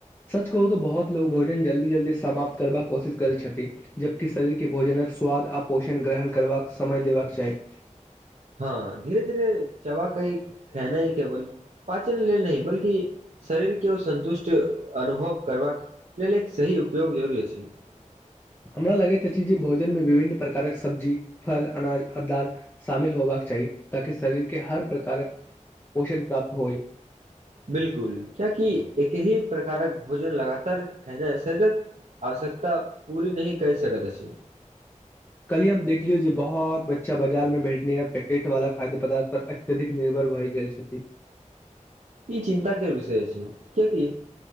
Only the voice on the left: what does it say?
सच कहू तऽ बहुत लोक भोजन जल्दी- जल्दी समाप्त करबाक कोशिश करैत छथि जबकि शरीरके भोजनक स्वाद आ पोषण ग्रहण करबाक समय देबाक चाही। <unintelligible>
हमरा लगैत अछि जे भोजनमे विभिन्न प्रकारक सब्जी फल अनाज आ दाल शामिल होयबाक चाही ताकि शरीरके हर प्रकारक पोषण प्राप्त होय। <unintelligible>
कल ही हम देखलियौ जे बहुत बच्चा बाजारमे भेटने य पैकेटवाला खाद्य पदार्थ पर अत्यधिक निर्भर भए गेल छथि।